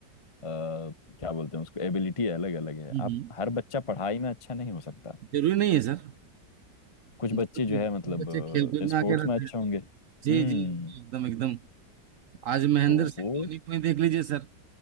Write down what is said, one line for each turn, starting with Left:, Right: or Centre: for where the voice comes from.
Left: क्या बोलते हैं उसको एबिलिटी अलग अलग है
Right: हम्म,
Left: आप हर बच्चा पढ़ाई में अच्छा नहीं हो सकता
Right: जरूरी नहीं है सर
Left: कुछ
Right: जरूरत
Left: बच्चे जो
Right: नहीं
Left: है
Right: है।
Left: मतलब
Right: बच्चे खेल कूद
Left: स्पोर्ट्स
Right: में आके रहते
Left: में अच्छे
Right: हैं
Left: होंगे
Right: जी
Left: हम्म
Right: जी जी, एकदम एकदम आज महेंद्र
Left: तो
Right: सिंह
Left: वो
Right: धोनी को ही देख लीजिए सर